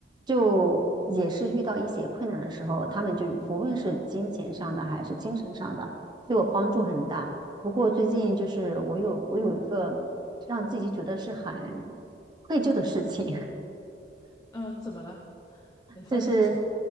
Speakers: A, on the right; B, on the left.
A: 就也是遇到一些困难的时候，他们就不论是金钱上的还是精神上的，对我帮助很大。不过最近就是我有我有一个让自己觉得是很愧疚的事情，
B: 嗯，怎么了？你发生了什么？
A: 这是